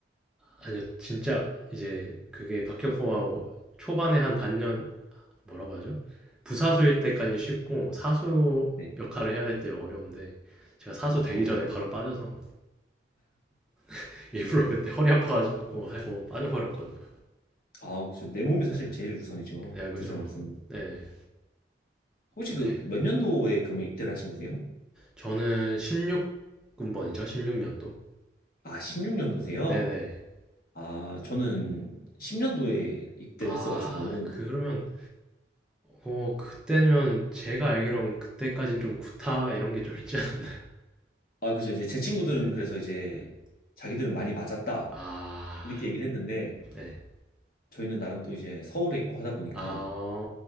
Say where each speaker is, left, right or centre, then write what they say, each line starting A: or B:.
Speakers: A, in the centre; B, on the left (about 55°).
A: 아니요, 진짜 이제 그게 박격포가 초반에 한 반년 뭐라고 하죠? 부사수일 때까지는 쉽고 사수
B: 네.
A: 역할을 해야 될 때 어려운데 제가 사수
B: 아,
A: 되기 전에 바로 빠져서 <laughs> 일부러 그때 허리 아파가지고 하고 빠져버렸거든요.
B: 아, 그쵸. 내 몸이 사실
A: 네,
B: 제일 우선이죠.
A: 네 그죠.
B: 군 생활에서는.
A: 네,
B: 혹시
A: 네.
B: 그 몇 년도에 그러면 입대를 하신 거세요?
A: 저는 16군번이죠, 16년도.
B: 아, 16년도세요?
A: 네네.
B: 아, 저는 10년도에 입대를
A: 아,
B: 했어가지고.
A: 그러면 어 그때면 제가 알기로는 그때까진 좀 구타 이런 게 좀 있지 않았나요?
B: 아, 그죠. 이제 제 친구들은
A: 네.
B: 그래서 이제
A: 음.
B: 자기들은 많이 맞았다.
A: 아.
B: 이렇게 얘기를 했는데,
A: 네.
B: 저희는 나름 또 이제 서울에 있고 하다 보니까,
A: 아.